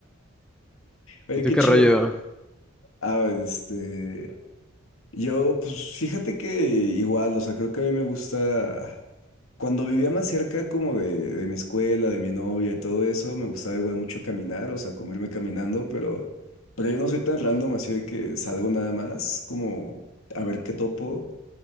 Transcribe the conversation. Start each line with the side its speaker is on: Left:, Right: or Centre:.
Left: Oye,
Centre: ¿Y tú
Left: qué
Centre: qué
Left: chido.
Centre: rollo?
Left: Ah, este. Yo, pues fíjate que igual, o sea, creo que a mí me gusta, cuando vivía más cerca como de, de mi escuela, de mi novia y todo eso, me gustaba igual mucho caminar, o sea, como irme caminando, pero, pero yo no soy tan random así de que salgo nada más, como a ver qué topo.